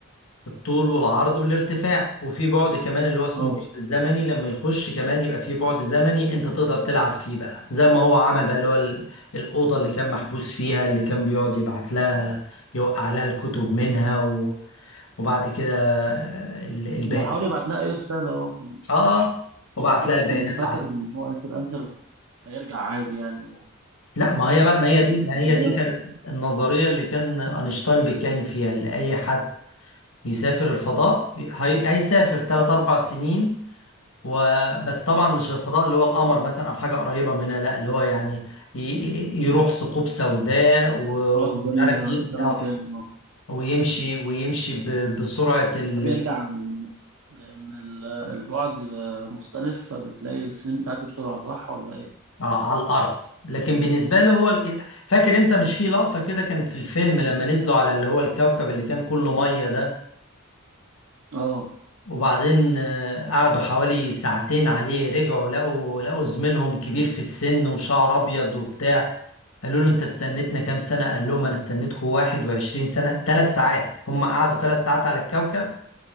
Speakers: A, on the left; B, on the right.
A: الطول والعرض والارتفاع وفي بعد كمان اللي هو اسمه
B: اه
A: بعد الزمني لما يخش كمان يبقى في بعد زمني انت تقدر تلعب فيه بقى زي ما هو عمل بقى اللي هو ال- الاوضه اللي كان محبوس فيها اللي كان بيقعد يبعت لها يوقع لها الكتب منها و... وبعد كده البيانات
B: بيحاول يبعت لها اي رسالة اه كنت
A: اه وبعت
B: بس
A: لها البيانات
B: كنت فاكر ان هو في الاخر هيرجع عادي يعني
A: لا ما هي بقى ما
B: يعني
A: هي دي ما
B: النظرية
A: هي دي كانت النظرية اللي كان أينشتاين بيتكلم فيها اللي أي حد يسافر الفضاء هي- هيسافر تلات أربع سنين وبس طبعا مش الفضاء اللي هو القمر مثلا أو حاجة قريبة منها لا اللي هو يعني ي- ي- يروح ثقوب سوداء ومش
B: البعد زمني
A: عارف ي-
B: زمني
A: آه،
B: تاني اه
A: ويمشي ويمشي ب- بسرعة ال...
B: ده بيرجع من لأن ال- البعد آه، مختلف فبتلاقي السنين بتعدي بسرعة صح ولا إيه؟
A: آه، على الأرض لكن بالنسبة له هو ال- فاكر أنت مش في لقطة كده كانت في الفيلم لما نزلوا على اللي هو الكوكب اللي كان كله مية ده
B: اه
A: وبعدين آه، قعدوا حوالي ساعتين عليه رجعوا لقوا لقوا زميلهم كبير في السن وشعر ابيض وبتاع قالوا له انت استنيتنا كام سنة قال لهم انا استنيتكم 21 سنة ثلاث ساعات هم قعدوا ثلاث ساعات على الكوكب